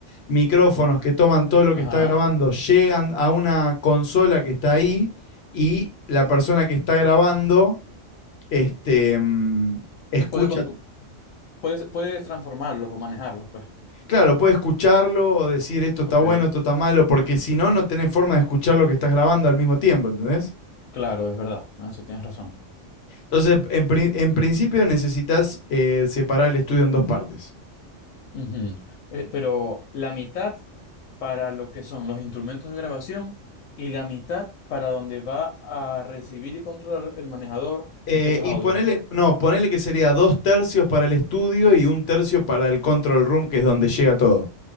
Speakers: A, on the left (about 60°); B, on the left (about 85°).
A: micrófonos que toman todo lo que
B: ajá.
A: está grabando llegan a una consola que está ahí y la persona que está grabando este, mm, escucha.
B: Puede con- puedes, puedes transformarlos o manejarlos, pues.
A: Claro, puede escucharlo o decir esto está
B: Ok,
A: bueno, esto está malo, porque si no, no tenés forma de escuchar lo que estás grabando al mismo tiempo, ¿entendés?
B: claro, es verdad, eso tienes razón.
A: Entonces, en, pri- en principio necesitas eh, separar el estudio en dos partes.
B: Ujú. Eh, Pero la mitad para lo que son los instrumentos de grabación y la mitad para donde va a recibir y controlar el manejador
A: Eh,
B: esos
A: y
B: audios.
A: ponele, no, ponele que sería dos tercios para el estudio y un tercio para el control room, que es donde llega todo.